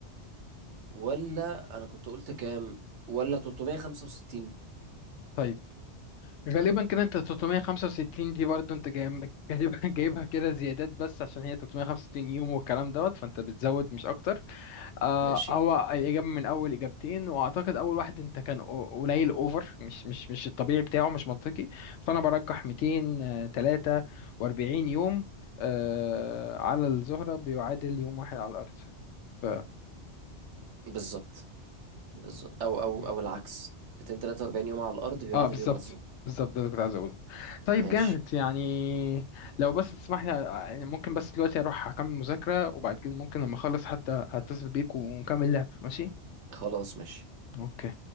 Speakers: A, on the right; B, on the left.
A: ولا أنا كنت قلت كام ولا 365
B: طيب غالبا كده انت 365 دي برضو انت جايب- <laughs> جايبها جايبها كده زيادات بس عشان هي 365 يوم والكلام دوت فانت بتزود مش اكتر آه
A: ماشي
B: هو الاجابه من اول اجابتين واعتقد اول واحد انت كان قو- قليل اوفر مش مش مش الطبيعي بتاعه مش منطقي فانا برجح 243 يوم آه على الزهره بيعادل يوم واحد على الارض ف
A: بالظبط بالظبط أو أو
B: مم.
A: أو العكس 243 يوم على الأرض بيعادل
B: اه بالظبط
A: يوم على الظهر
B: بالظبط ده اللي كنت عايز اقوله طيب
A: ماشي
B: جامد يعني لو بس تسمح لي يعني ممكن بس دلوقتي اروح اكمل مذاكرة وبعد كده ممكن لما اخلص حتى هتصل بيك ونكمل لعب ماشي
A: خلاص ماشي
B: اوكي